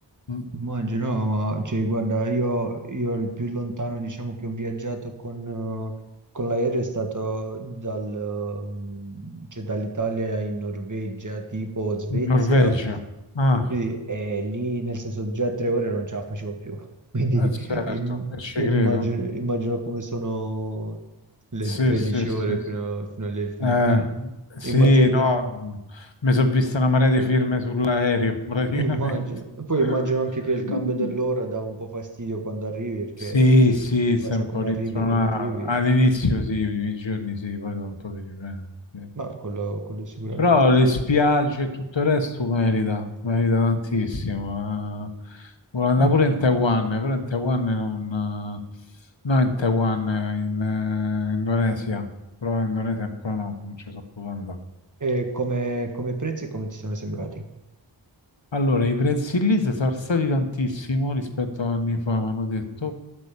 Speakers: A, on the left (about 70°); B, on the right (about 40°).
A: Mm.
B: Immagino, no, ma cioè, guarda, io, io il più lontano diciamo che ho viaggiato con, eh, con l'aereo è stato dal, ehm, cioè, dall'Italia in Norvegia, tipo Svezia,
A: Norvegia. Ah,
B: sì, e lì nel senso già tre ore non ce la facevo più, <laughs> quindi
A: eh, certo,
B: im-
A: e ci
B: immagino,
A: credo.
B: immagino come sono le
A: Sì,
B: 13
A: sì, sì.
B: ore
A: sì.
B: fino, fino alle Filippine.
A: Eh, sì,
B: Immagino che
A: no, mi sono vista una marea di firme sull'aereo praticamente.
B: Eh, immagino. E poi
A: <laughs>
B: immagino anche che il cambio dell'ora dà un po' fastidio quando arrivi, perché
A: Sì, sì,
B: poi
A: sei
B: sai
A: un
B: come
A: po' rintronato.
B: arrivi e come arrivi,
A: All'inizio sì, i primi giorni sì, poi dopo un po' ti riprendi. sì.
B: ma quello, quello sicuramente.
A: Però le spiagge e tutto il resto merita, merita tantissimo. eh. Volevo andare
B: Mhm.
A: pure in Taiwan, però in Taiwan non... eh, No, in Taiwan, eh, in eh, Indonesia. Però in Indonesia ancora no, non ci so più andare.
B: E come, come prezzi, come ti sono sembrati?
A: Allora, i prezzi lì si sono alzati tantissimo rispetto a anni fa, mi hanno detto.